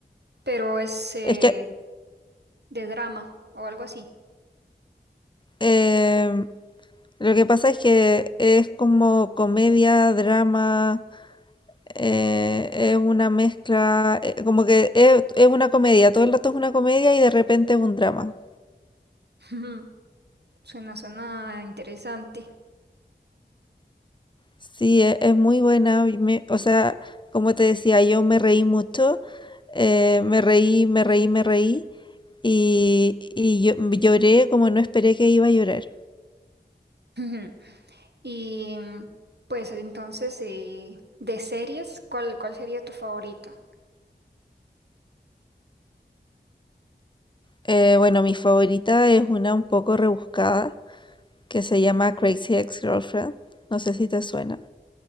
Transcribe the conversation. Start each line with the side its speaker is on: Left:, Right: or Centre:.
Right: pero es eh,
Left: Es que
Right: de drama o algo así.
Left: eh, lo que pasa es que es como comedia, drama, eh, es una mezcla, eh, como que es, es una comedia, todo el rato es una comedia y de repente es un drama.
Right: <laughs> Suena, suena interesante.
Left: Sí, e- es muy buena. y me- o sea, como te decía, yo me reí mucho. eh, me reí, me reí, me reí. Y, y yo, lloré como no esperé que iba a llorar.
Right: <laughs> Y mm, pues entonces, eh, de series, ¿cuál, cuál sería tu favorita?
Left: Eh, bueno, mi favorita es una un poco rebuscada que se llama Crazy Ex-Girlfriend. No sé si te suena.